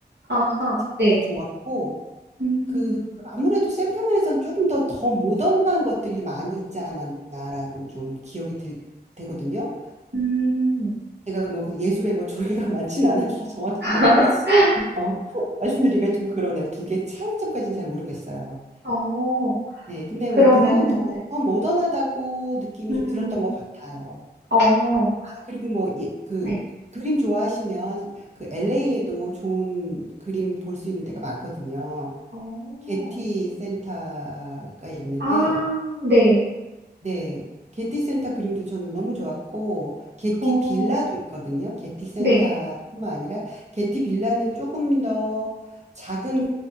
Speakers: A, on the right (about 75°); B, on the right (about 40°).
A: 아하,
B: 작품이
A: 네.
B: 좋았고
A: 음,
B: 그 아무래도 샌프란에서는 조금 더 더 모던한 것들이 많이 있지 않았나라고 좀 기억이 들, 되거든요.
A: 음.
B: 제가 뭐그 예술에 뭐 조예가 <laughs> 많진 않아서 정확히는
A: <laughs>
B: 어, <laughs> 말씀드리기가 좀 그러네. 두 개 차이점까지는 잘 모르겠어요.
A: 어,
B: 네, 근데
A: 그러면은,
B: 뭐 뉴욕은 더,
A: 네.
B: 더 모던하다고 느낌이
A: 음,
B: 좀 들었던 것 같아요.
A: 어,
B: 아, 그리고 뭐 예, 그
A: 네.
B: 그림 좋아하시면 그 LA에도 좋은 그림 볼 수 있는 데가 많거든요.
A: 어.
B: 게티 센터가 있는데
A: 아 네.
B: 네. 게티 센터 그림도 저는 너무 좋았고, 게티
A: 어.
B: 빌라도 있거든요. 게티 센터뿐만
A: 네.
B: 아니라, 게티 빌라는 조금 더 작은